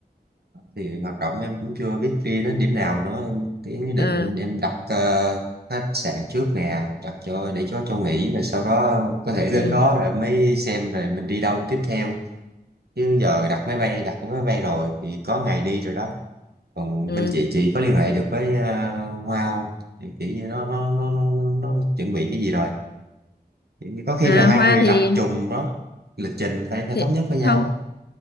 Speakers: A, on the right; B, on the left.
A: thì hoạt động em cũng chưa biết đi đến điểm nào nữa em cái ý định
B: Ờ
A: em đặt ờ, khách sạn trước nè đặt cho để cho cho nghỉ rồi sau đó có thể
B: ừ
A: đến đó rồi mới xem rồi mình đi đâu tiếp theo chứ giờ đặt máy bay đặt cái máy bay rồi thì có ngày đi rồi đó còn
B: ừ
A: bên chị chị có liên hệ được với uh, Hoa không thì kiểu như nó nó, nó nó nó nó chuẩn bị cái gì rồi kiểu như có khi
B: à
A: là hai
B: Hoa
A: người
B: thì
A: đặt trùng đó lịch trình phải phải
B: thì
A: thống nhất với nhau
B: không
A: á